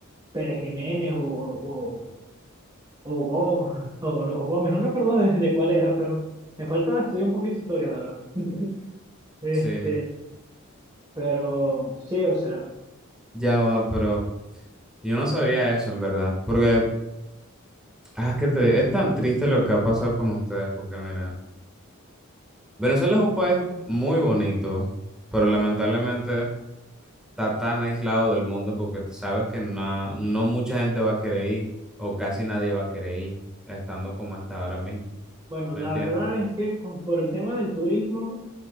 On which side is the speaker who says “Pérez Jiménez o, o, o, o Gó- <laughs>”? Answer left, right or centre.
Right